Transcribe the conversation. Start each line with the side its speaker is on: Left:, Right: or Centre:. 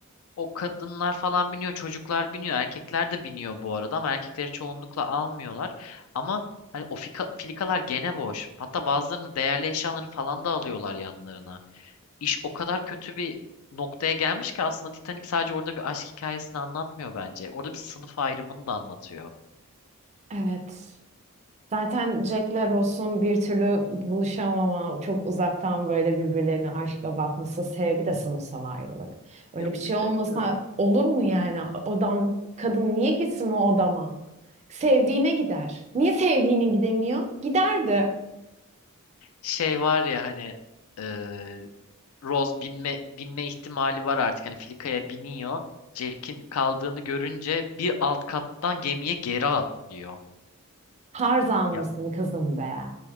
Left: o kadınlar falan biniyor, çocuklar biniyor, erkekler de biniyor bu arada ama erkekleri çoğunlukla almıyorlar. Ama hani o fika- filikalar gene boş. Hatta bazılarının değerli eşyalarını falan da alıyorlar yanlarına. İş o kadar kötü bir noktaya gelmiş ki aslında Titanic sadece orada bir aşk hikayesini anlatmıyor bence. Orada bir sınıf ayrımını da anlatıyor.
Right: Evet. Zaten Jack'le Ross'un bir türlü buluşamama, çok uzaktan böyle birbirlerine aşkla bakması sebebi de sınıfsal ayrılık. Öyle
Left: Ya
Right: bir şey
Left: bir
Right: olmasa
Left: de evet.
Right: olur mu yani? Odam, kadın niye gitsin o odama? Sevdiğine gider. Niye sevdiğine gidemiyor? Giderdi.
Left: şey var ya hani eee Rose binme binme ihtimali var artık. Hani Filika'ya biniyor. Jack'in kaldığını görünce bir alt kattan gemiye geri atlıyor.
Right: Tarzan
Left: Ya
Right: mısın kızım be?